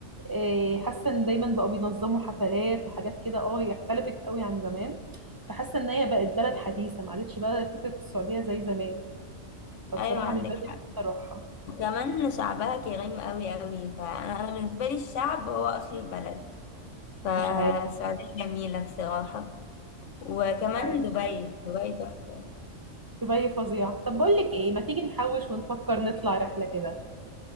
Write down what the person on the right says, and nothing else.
إيه، حاسه ان دايما بقوا بينظموا حفلات وحاجات كده اه هي اختلفت قوي عن زمان فحاسه ان هي بقت بلد حديثه ما عادتش بقى فكره السعوديه زي زمان فبصراحه
من بدري نفسي
اروحها
مش عارف
مش عارف.
دبي فظيعه طب بقول لك ايه ما تيجي نحوش ونفكر نطلع رحله كده